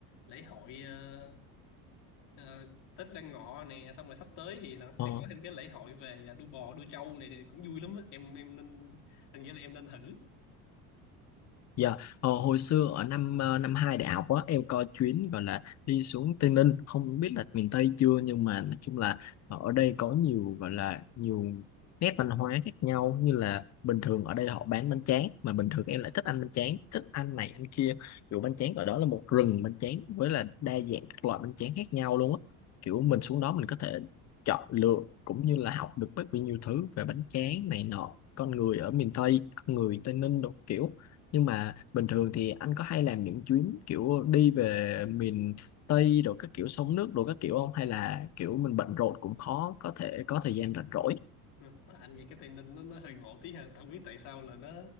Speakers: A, on the left; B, on the left.
A: lễ hội ờ, ờ, Tết Đoan Ngọ nè xong rồi sắp tới thì là sẽ
B: ờ.
A: có thêm cái lễ hội về đua bò đua trâu này thì cũng vui lắm á em em nên anh nghĩ là em nên thử
B: Dạ, ờ, hồi xưa ở năm ờ, năm hai đại học á em có chuyến gọi là đi xuống Tây Ninh không biết là miền Tây chưa nhưng mà nói chung là ở đây có nhiều gọi là nhiều nét văn hóa khác nhau như là bình thường ở đây họ bán bánh tráng mà bình thường em lại thích ăn bánh tráng thích ăn này ăn kia kiểu bánh tráng ở đó là một rừng bánh tráng với là đa dạng các loại bánh tráng khác nhau luôn á kiểu mình xuống đó mình có thể chọn lựa cũng như là học được rất là nhiều thứ về bánh tráng này nọ con người ở miền Tây con người Tây Ninh đồ kiểu nhưng mà bình thường thì anh có hay làm những chuyến kiểu đi về miền Tây rồi các kiểu sông nước rồi các kiểu không hay là kiểu mình bận rộn cũng khó có thể có thời gian rảnh rỗi
A: mà anh nghe cái Tây Ninh nó nó hơi ngộ tí ha không biết tại sao là nó